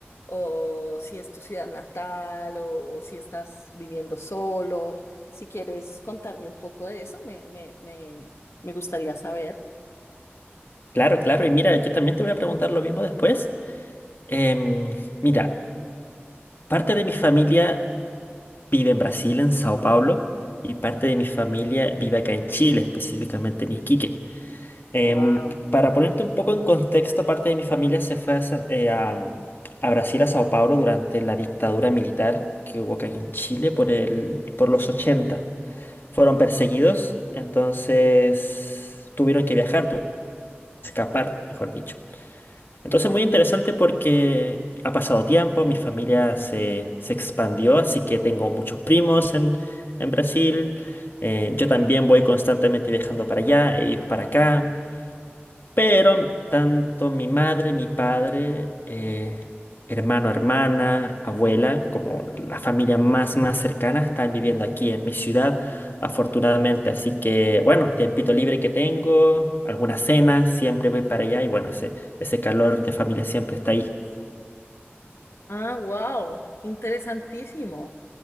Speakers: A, on the left (about 85°); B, on the left (about 55°).
A: o si es tu ciudad natal, o si estás viviendo solo. Si quieres contarme un poco de eso, me, me, me, me gustaría saber.
B: Claro, claro, y mira, yo también te voy a preguntar lo mismo después. Em, mira, parte de mi familia vive en Brasil, en Sao Paulo, y parte de mi familia vive acá en Chile, específicamente en Iquique. Em,
A: Wow.
B: para ponerte un poco en contexto, parte de mi familia se fue a, Sa- eh, a- a Brasil, a Sao Paulo, durante la dictadura militar que hubo acá en Chile por el, por los 80. Fueron perseguidos, entonces tuvieron que viajar, tuvieron que escapar, mejor dicho. Entonces muy interesante porque ha pasado tiempo, mi familia se, se expandió, así que tengo muchos primos en, en Brasil. Eh, yo también voy constantemente viajando para allá, ellos para acá. Pero tanto mi madre, mi padre, eh, hermano, hermana, abuela, como la familia más, más cercana están viviendo aquí en mi ciudad, afortunadamente. Así que, bueno, tiempito libre que tengo, algunas cenas, siempre voy para allá y bueno, ese, ese calor de familia siempre está ahí.
A: Ah, wow. Interesantísimo.